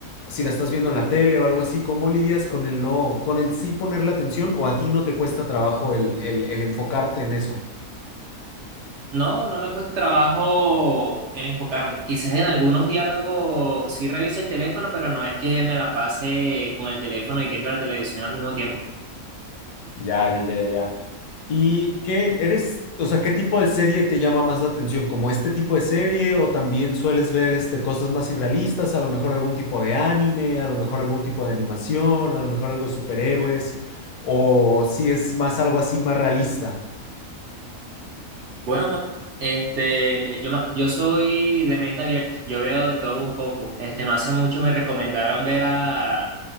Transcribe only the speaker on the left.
si la estás viendo en la tele o algo así? ¿Cómo lidias con el no, con el sí ponerle atención o a ti no te cuesta trabajo el, el el enfocarte en eso?
Ya, ya, ya, ya. ¿Y qué eres, o sea, qué tipo de serie te llama más la atención? ¿Como este tipo de serie o también sueles ver este, cosas más irrealistas? A lo mejor algún tipo de anime, a lo mejor algún tipo de animación, a lo mejor algo de superhéroes, o si es más algo así más realista.